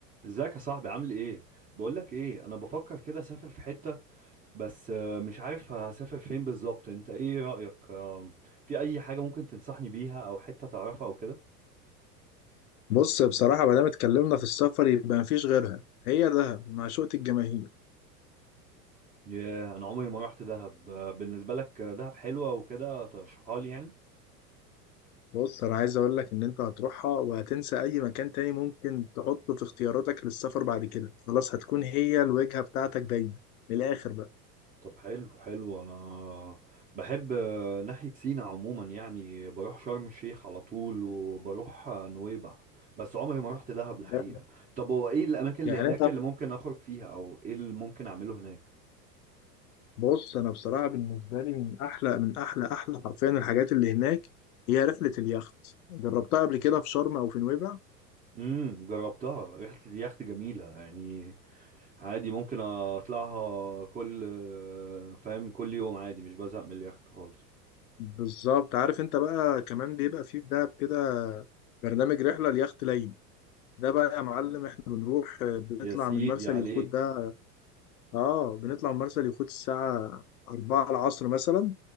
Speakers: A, on the right; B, on the left.
A: ازيك يا صاحبي عامل ايه بقولك ايه انا بفكر كده اسافر في حتة بس آه، مش عارف هسافر فين بالظبط انت ايه رأيك آم، في اي حاجة ممكن تنصحني بيها او حتة تعرفها او كده
B: بص بصراحة ما دام اتكلمنا في السفر يبقى مفيش غيرها هي دهب معشوقة الجماهير
A: ياه انا عمري ما رحت دهب آه، بالنسبة لك آه، دهب حلوة وكده ترشحها لي يعني
B: بص أنا عايز أقول لك إن أنت هتروحها وهتنسى أي مكان تاني ممكن تحطه في اختياراتك للسفر بعد كده خلاص هتكون هي الوجهة بتاعتك دايما من الآخر بقى
A: طب حلو حلو انا بحب آه، ناحية سينا عموما يعني بروح شرم الشيخ على طول وبروح آه، نويبع بس عمري ما رحت دهب الحقيقة
B: فاهم؟
A: طب هو ايه الاماكن اللي
B: يعني
A: هناك
B: أنت
A: اللي ممكن اخرج فيها او ايه اللي ممكن اعمله هناك
B: بص أنا بصراحة بالنسبة لي من أحلى من أحلى أحلى حرفيا الحاجات اللي هناك هي رحلة اليخت جربتها قبل كده في شرم أو في نويبع
A: امم جربتها ريحة اليخت جميلة يعني عادي ممكن اطلعها كل فاهم كل يوم عادي مش بزهق من اليخت خالص
B: بالظبط عارف أنت بقى كمان بيبقى فيه في دهب كده برنامج رحلة اليخت ليلي ده بقى يا معلم احنا بنروح آه، بنطلع
A: يا سيدي
B: من مرسى
A: عليك
B: اليخوت ده اه بنطلع من مرسى اليخوت الساعة 4 العصر مثلا